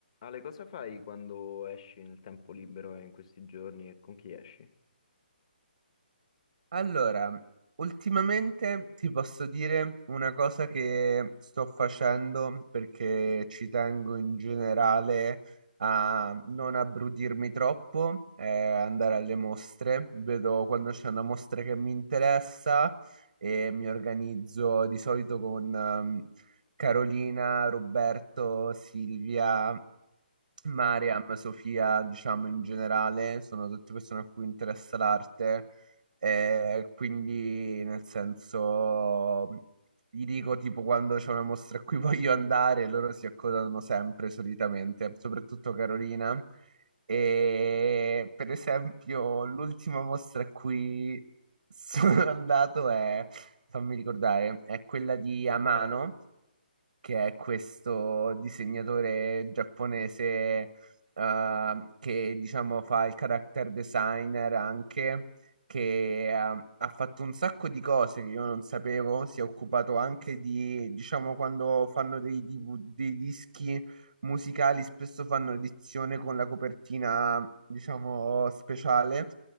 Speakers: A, on the left (about 35°); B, on the right (about 65°).
A: Ale, cosa fai quando esci nel tempo libero e in questi giorni e con chi esci?
B: Allora, ultimamente ti posso dire una cosa che sto facendo perché ci tengo in generale a non abbrudirmi troppo, è andare alle mostre. Vedo quando c'è una mostra che mi interessa e mi organizzo di solito con ehm, Carolina, Roberto, Silvia. Mariam, Sofia, diciamo in generale, sono tutte persone a cui interessa l'arte eh, quindi, nel senso, gli dico tipo quando c'è una mostra a cui <laughs> voglio andare, loro si accodano sempre solitamente, soprattutto Carolina. E per esempio, l'ultima mostra a cui sono <laughs> andato è, fammi ricordare, è quella di Amano
A: Vai, vai.
B: che è questo disegnatore giapponese eh, che diciamo fa il character designer anche, che ha ha fatto un sacco di cose che io non sapevo, si è occupato anche di, diciamo, quando fanno dei, DV dei dischi musicali, spesso fanno edizione con la copertina, diciamo, speciale